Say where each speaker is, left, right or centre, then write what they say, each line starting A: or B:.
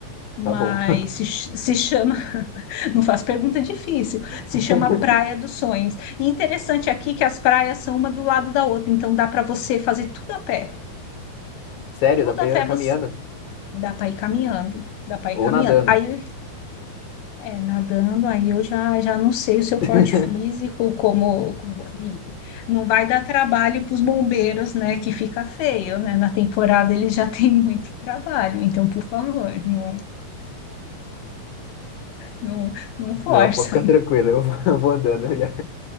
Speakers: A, on the left; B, on the left.
A: mas
B: Tá bom.
A: se, ch- se chama, <laughs> não faço pergunta difícil,
B: <laughs>
A: se chama Praia dos Sonhos. E interessante aqui que as praias são uma do lado da outra, então dá para você fazer tudo a pé,
B: Sério,
A: tudo
B: dá pra
A: a pé
B: ir caminhando
A: você dá para ir caminhando, dá para ir
B: ou
A: caminhando.
B: nadando.
A: Aí é nadando, aí eu já já não sei o seu porte
B: <laughs>
A: físico, como, como- e não vai dar trabalho para os bombeiros, né, que fica feio, né? Na temporada eles já <laughs> têm muito trabalho, então por favor, não não não força
B: Não, pode ficar tranquilo, eu vou eu vou andando melhor.